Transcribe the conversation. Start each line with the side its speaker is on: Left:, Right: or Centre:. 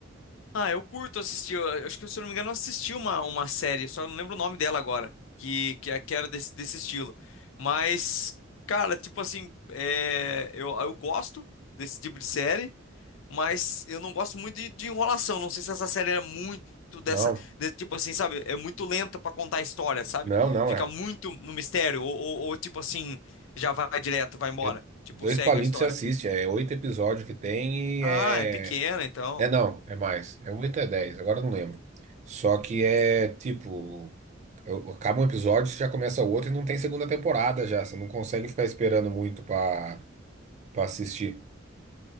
Left: Ah, eu curto assistir. Eu, eu acho que, se eu não me engano, eu assisti uma, uma série, só não lembro o nome dela agora, que, que, é- que era desse, desse estilo. Mas, cara, tipo assim, é, eu, eu gosto desse tipo de série. Mas eu não gosto muito de, de enrolação. Não sei se essa série era muito dessa.
Right: Não,
Left: de- tipo assim, sabe? É muito lenta pra contar a história, sabe?
Right: não, não,
Left: Fica
Right: é,
Left: muito no mistério. Ou, ou- ou, tipo assim, já vai direto, vai embora.
Right: é
Left: Tipo,
Right: dois
Left: segue
Right: palitos
Left: a história.
Right: você assiste, é oito episódios que tem
Left: Ah,
Right: e é,
Left: é pequena, então.
Right: é não, é mais, é oito é dez, agora eu não lembro. Só que é tipo eu- acaba um episódio, você já começa o outro e não tem segunda temporada já. Você não consegue ficar esperando muito pra para assistir.